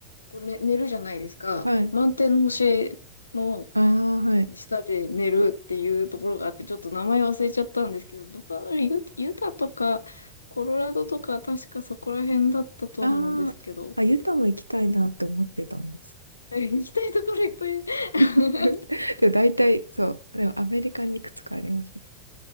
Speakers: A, on the left; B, on the right.
A: こう、ね、寝るじゃないですか。
B: はい。
A: 満天の星の、
B: ああ、はい。
A: 下で寝るっていうところがあって、ちょっと名前忘れちゃったんですけど、どこだろうユ、ユタとか、コロラドとか、確かそこら辺だったと思うんですけど。
B: ああ、あ、ユタも行きたいなって思ってたんです。
A: え行きたいところいっぱい。<laughs>
B: <laughs> でも大体、そう。でもアメリカにいくつかありますね。